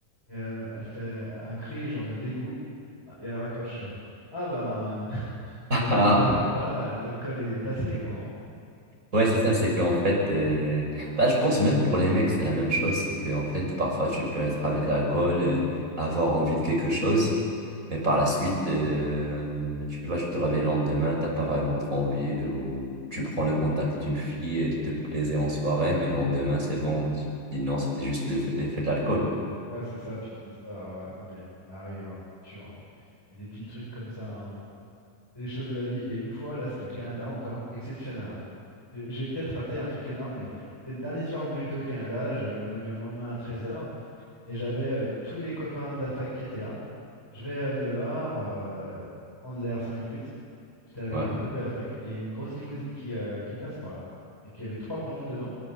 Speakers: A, in the centre; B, on the right (about 20°).
A: Et euh, elle fait un cri, genre de dégoût, Ah, et elle raccroche, je fais Ah ben, <laughs>
B: <laughs>
A: elle a dû pas. Voilà, l'alcool est passé, quoi. hein.
B: Ouais, c'est ça, c'est qu'en fait, euh, bah, je pense même pour les mecs, c'est la même chose. C'est qu'en fait, parfois, tu peux être avec l'alcool, euh, avoir envie de quelque chose, mais par la suite, euh, tu peux pas, tu te réveilles le lendemain, t'as pas vraiment trop envie, de, ou tu prends le contact d'une fille, elle te plaisait en soirée, mais le lendemain, c'est bon. Tu dis non, c'était juste l'effet l'effet de l'alcool.
A: Ouais, c'est ça, tu te dis ça, ouais, ouais. Non, mais ça arrive, hein, c'est sûr. Et des petits trucs comme ça, hein, faut- c'est les choses de la vie. Et une fois, là, c'était au Canada encore, exceptionnel. hein. J'ai j'ai peut-être raté un truc énorme, mais c'était le dernier soir où j'étais au Canada, j'avais mon avion le lendemain à treize heures Et j'avais euh, tous les copains de la fac qui étaient là. Je vais euh, dehors, euh, prendre l'air 5 minutes. J'étais avec
B: Ouais.
A: un pote de la fac. Il y a une grosse limousine qui, euh, qui passe par là. Et puis il y avait trois blondes dedans.